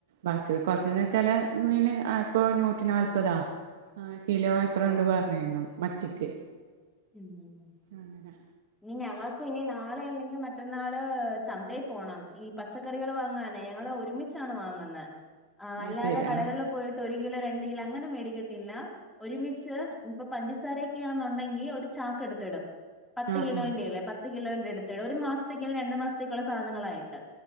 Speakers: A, on the right; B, in the centre.
A: ബാക്കി കുറച്ച ചില മീന് ഇപ്പൊ നൂറ്റി നാല്പതാ <unintelligible> ആഹ് കിലോ എത്ര
B: ആഹ്
A: ഉണ്ടന്ന് പറഞ്ഞരുന്നു മത്തിക്ക്.
B: ഉം
A: അങ്ങനെ,
B: ഇനി ഞങ്ങൾക്കും ഇനി നാളെ അല്ലെങ്കിൽ മറ്റൊന്നാള് ചന്തയിൽ പോണം ഈ പച്ച പച്ചക്കറികള് വാങ്ങനെ ഞങ്ങള് ഒരുമിച്ചാണ് വാങ്ങുന്നെ. ആ
A: അത്
B: അല്ലാതെ
A: ശരി
B: കടകളില്
A: ആഹ്
B: - പോയിട്ട് ഒരു കിലോ, രണ്ട് കിലോ അങ്ങനെ മേടിക്കത്തില്ല, ഒരുമിച്ച് ഇപ്പൊ പഞ്ചസാരൊക്കെയാന്നൊണ്ടങ്കിൽ ഒരു- ചാക്കെടുത്തിടും പത്ത്
A: ആഹ്
B: കിലോന്റയില്ലേ
A: ആഹ്
B: പത്ത്- പത്ത് കിലോന്റെ എടുത്തിടും. ഒരു മാസത്തേക്കിന് രണ്ടു മാസത്തേക്കുള്ള സാധനങ്ങളായിട്ട്.